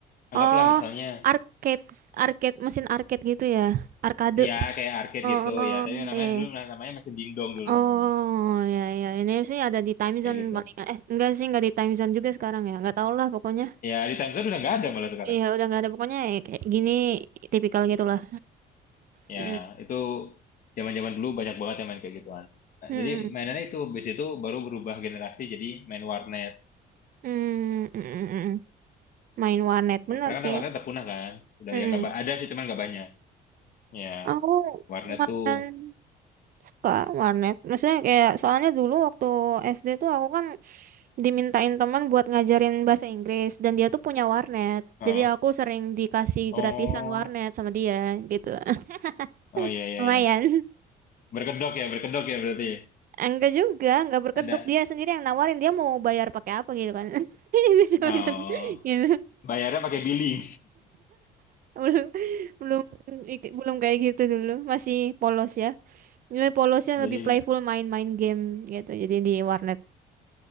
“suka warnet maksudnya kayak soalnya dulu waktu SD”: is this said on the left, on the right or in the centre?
Right